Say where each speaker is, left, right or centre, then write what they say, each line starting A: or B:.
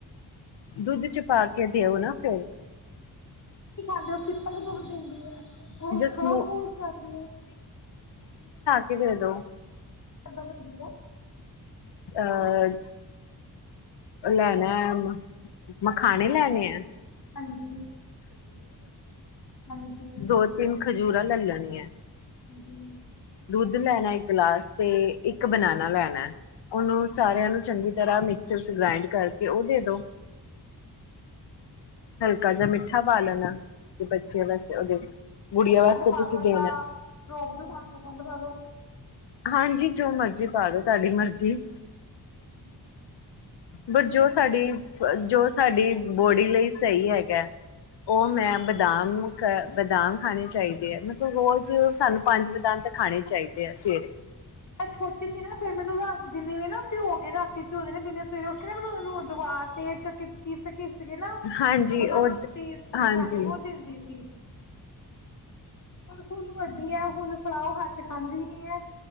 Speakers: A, on the left; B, on the left.
A: ਦੁੱਧ ਚ ਪਾ ਕੇ ਦਿਓ ਨਾ ਫਿਰ
B: ਕੀ ਖਾਂਦੇ ਉਹ ਸਿਪਰ ਚ ਦੁੱਧ ਪੀਂਦੀ ਐ, ਉਹ
A: ਜ ਸਮੂ
B: ਖਾਨ ਖਾਦੀ
A: ਕਿ ਇਹਦੋ
B: ਕਿਦਾਂ ਬੰਣਦੀ ਐ।
A: ਅਹ ਉਹ ਲੈਣਾ ਆ ਮਖਾਣੇ ਲੈਣੇ ਐ।
B: ਹਾਂਜੀ। ਹਾਂਜੀ
A: ਦੋ ਤਿੰਨ ਖਜੂਰ ਲਲ ਲੈਣੀਐ।
B: ਹਜੀ
A: ਦੁੱਧ ਲੈਣਾ ਇੱਕ ਗਲਾਸ ਤੇ ਇੱਕ ਬਨਾਨਾ ਲੈਣਾ ਉਹਨੂੰ ਸਾਰਿਆਂ ਨੂੰ ਚੰਗੀ ਤਰ੍ਹਾਂ ਮਿਕਸਰ ਚ ਗ੍ਰਾਇੰਡ ਕਰਕੇ ਉਹ ਦੇ ਦੋ। ਹਲਕਾ ਜ ਮਿੱਠਾ ਠਾ ਪਾ ਲੈਣਾ। ਤੇ ਬੱਚਿਆਂ ਵਾਸਤੇ ਉਹਦੇ ਗੁੜੀਆਂ ਵਾਸਤੇ
B: ਖੰਡ ਪਾ
A: ਤੁਸੀਂ
B: ਦੋ
A: ਦੇਣਾ
B: ਜਾਂ ਰੋਅਬਜਾ ਨਾਲ ਖੰਡ ਪਾ ਦੋ।
A: ਹਾਂਜੀ ਜੋ ਮਰਜ਼ੀ ਪਾਦੋ ਤੁਆਡੀ ਮਰਜ਼ੀ।
B: ਹਂ
A: ਬਟ
B: ਨਈਂ
A: ਜੋ
B: ਮੈਂ ਦੇਖਾਂਗੀ।
A: ਸਾਡੀ ਜੋ ਸਾਡੀ ਬੋਡੀ ਲਈ ਸਹੀ ਹੈਗਾ। ਉਹ ਮੈਂ ਬਦਾਮ ਨੂੰ ਕ ਬਦਾਮ ਖਾਣੇ ਚਾਹੀਦੇ ਆ, ਮਤਲਬ ਰੋਜ਼ ਸਾਨੂੰ ਪੰਜ ਬਦਾਮ ਤਾਂ ਖਾਣੇ ਚਾਈਦੇ ਆ ਸਵੇਰੇ।
B: ਛੋਟੀ ਸੀ ਨਾ ਫੇਰ ਮੈਨੂੰ ਰਾ ਜਿੰਨੇ ਵੀ ਨਾ ਭਿਓ ਗ ਰਾਤੀ ਭਿਓਦੇ ਨੇ ਜਿੰਨੇ ਸਵੇਰੇ ਉੱਠੇ ਨਾ ਮੈਨੂੰ ਉਹਨੂੰ ਦੀ ਦਵਾਰ ਤੇ ਚ ਘਿਸ ਘਿਸ ਕੇ ਨਾ
A: ਹਾਂਜੀ
B: ਉਹਦਾ
A: ਉਹ
B: ਪੇਸਟ
A: ਹਾਂਜੀ
B: ਬਣਾ ਕੇ ਉਹ ਦਿੰਦੀ ਸੀ। ਪਰ ਹੁਣ ਵੱਡੀ ਐ ਹੁਣ ਫਡਾਓ ਹੱਥ ਚ ਖਾਂਦੀ ਨੀ ਹੈ